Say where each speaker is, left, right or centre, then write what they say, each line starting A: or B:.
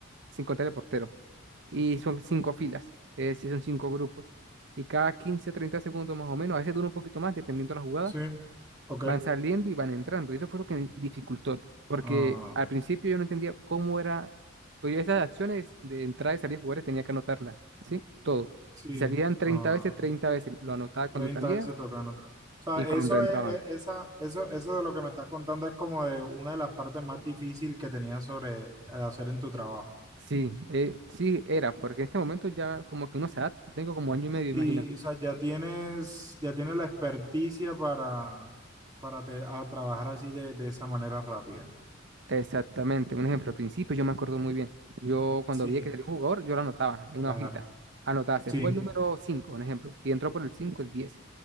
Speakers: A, on the right (about 60°); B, on the right (about 20°).
A: cinco teleporteros. Y son cinco filas, es decir, son cinco grupos. Y cada 15 a 30 segundos más o menos, a veces dura un poquito más, dependiendo de la jugada,
B: Sí, ok.
A: van saliendo y van entrando. Y eso fue lo que me dificultó, porque
B: Ah,
A: al principio yo no entendía cómo era, pues yo esas acciones de entrada y salir de jugadores tenía que anotarlas, ¿sí? Todo.
B: sí,
A: Si salían 30
B: ah,
A: veces, 30 veces lo anotaba cuando
B: treinta
A: salía
B: veces tocando. O sea,
A: y cuando
B: eso
A: entraban.
B: es, es- esa, eso, eso de lo que me estás contando es como de una de las partes más difíciles que tenías sobre eh, hacer en tu trabajo.
A: Sí, eh, sí era, porque en este momento ya como que uno se adapta, tengo como año y medio, imagina.
B: Y, o sea, ya tienes, ya tienes la experticia para, para te- a trabajar así de, de esa manera rápida.
A: Exactamente, un ejemplo, al principio yo me acuerdo muy bien, yo cuando
B: Sí,
A: vi que salió un jugador, yo lo anotaba en una
B: claro.
A: hojita, anotaba, se
B: Sí.
A: fue el número 5, un ejemplo, y entró por el cinco, el diez.